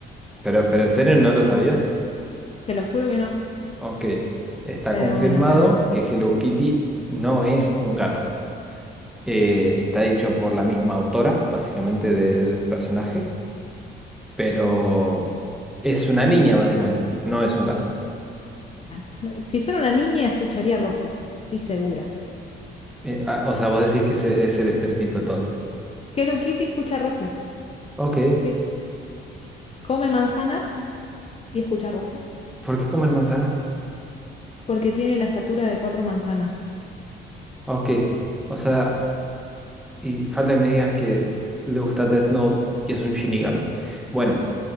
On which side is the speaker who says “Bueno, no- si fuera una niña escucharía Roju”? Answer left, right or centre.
Left